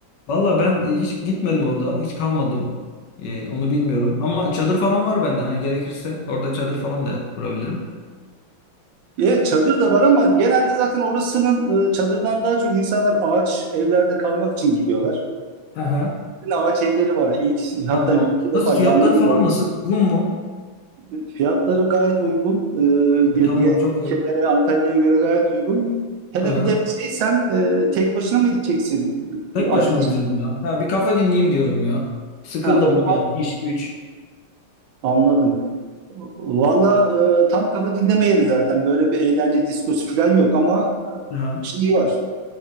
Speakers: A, on the left; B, on the right.
A: Valla ben e, hiç gitmedim orada. Hiç kalmadım. Ee, onu bilmiyorum. Ama çadır falan var bende. Hani gerekirse orada çadır falan da kurabilirim.
B: E, çadır da var ama genelde zaten orasının e, çadırdan daha çok insanlar ağaç evlerde kalmak için gidiyorlar.
A: Aha,
B: Yine Ağaç evleri var. İlk hatta
A: tamam.
B: bir iki defa
A: Nasıl fiyatları
B: yangın
A: falan
B: da oldu.
A: nasıl? Uygun mu?
B: E, Fiyatları gayet uygun. E,
A: E,
B: diğer
A: tamam
B: diğer
A: çok
B: ülkelere
A: iyi.
B: Antalya'ya göre gayet uygun. Hele
A: Aha.
B: bir de şey sen e, tek başına mı gideceksin
A: Tek
B: E, arkadaşlar?
A: başıma gideceğim ya. Ha, bir kafe dinleyeyim diyorum ya. Sıkıldım
B: Ha, o zaman
A: yani iş güç.
B: anladım. Valla e, tam kafa dinleme yeri zaten. Böyle bir eğlence diskosu falan yok ama e,
A: Aha,
B: şey var.